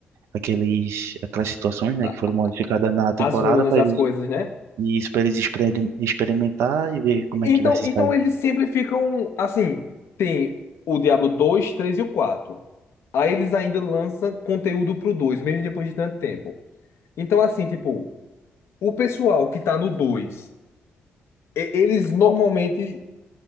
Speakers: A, on the right; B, on the left.
A: aqueles, aquelas situações, né,
B: A-
A: que foram modificadas na temporada
B: As runas,
A: para
B: as coisas, né?
A: e isso pra eles experi- experimentar e ver como
B: Então,
A: é que vai se
B: então
A: sair.
B: eles sempre ficam assim, tem o Diablo dois, 3 e o 4. Aí eles ainda lançam conteúdo pro 2, mesmo depois de tanto tempo. Então, assim, tipo, o pessoal que tá no 2, e- eles normalmente.